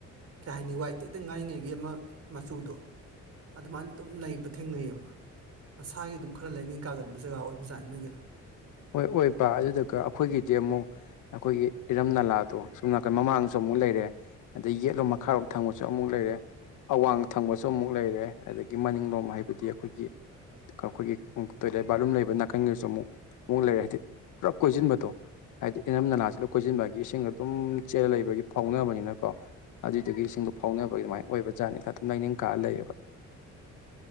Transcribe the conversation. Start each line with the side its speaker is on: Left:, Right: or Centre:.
Right: ꯀꯩ ꯍꯥꯏꯅꯤ ꯋꯥꯏ ꯇꯦꯇ ꯉꯥꯏꯔꯤꯉꯩꯒꯤ ꯑꯃ ꯃꯆꯨꯗꯣ ꯑꯗꯨꯃꯥꯏꯅ ꯑꯗꯨꯝ ꯂꯩꯕ ꯊꯦꯡꯅꯩꯑꯕ ꯃꯁꯥꯒꯤ ꯑꯗꯨꯝ ꯈꯔ ꯂꯩꯅꯤꯡ ꯀꯥꯒꯟꯕ ꯖꯒꯥ ꯑꯣꯏꯕꯖꯏ ꯅꯣꯏꯒꯤꯗꯣ
Left: ꯍꯣꯏ ꯑꯣꯏꯕ ꯑꯗꯨꯗꯨꯒ ꯑꯩꯈꯣꯏꯒꯤꯗꯤ ꯑꯃꯨꯛ ꯑꯩꯈꯣꯏꯒꯤ ꯏꯔꯝ ꯅꯂꯥꯗꯣ ꯁꯣꯝ ꯅꯥꯀꯟ ꯃꯃꯥꯡꯁꯨ ꯑꯃꯨꯛ ꯂꯩꯔꯦ ꯑꯗꯩ ꯌꯦꯠꯂꯣꯝ ꯃꯈꯥꯔꯣꯝ ꯊꯪꯕꯁꯨ ꯑꯃꯨꯛ ꯂꯩꯔꯦ ꯑꯋꯥꯡ ꯊꯪꯕꯁꯨ ꯑꯃꯨꯛ ꯂꯩꯔꯦ ꯑꯗꯒꯤ ꯃꯅꯤꯡꯂꯣꯝ ꯍꯥꯏꯕꯗꯤ ꯑꯩꯈꯣꯏꯒꯤ ꯑꯩꯈꯣꯏꯒꯤ ꯇꯣꯏꯂꯦꯠ ꯕꯥꯠꯔꯨꯝ ꯂꯩꯕ ꯅꯥꯀꯟꯒꯩꯁꯨ ꯑꯃꯨꯛ ꯃꯑꯣ ꯂꯩꯔꯦ ꯍꯥꯏꯗꯤ ꯄꯨꯂꯞ ꯀꯣꯏꯁꯤꯟꯕꯗꯣ ꯍꯥꯏꯗꯤ ꯏꯅꯝ ꯅꯅꯥꯁꯤ ꯂꯣꯏ ꯀꯣꯏꯁꯤꯟꯕ ꯏꯁꯤꯡ ꯑꯗꯨꯝ ꯆꯦꯜꯂ ꯂꯩꯕꯒꯤ ꯐꯥꯎꯅꯕꯅꯤꯅꯀꯣ ꯑꯗꯨꯏꯗꯨꯒꯤ ꯏꯁꯤꯡꯗꯣ ꯐꯥꯎꯅꯕ ꯑꯗꯨꯃꯥꯏꯅ ꯑꯣꯏꯕ ꯖꯥꯠꯅꯤꯅ ꯑꯗꯨꯝ ꯂꯥꯏꯅꯤꯡ ꯀꯥ ꯂꯩꯌꯦꯕ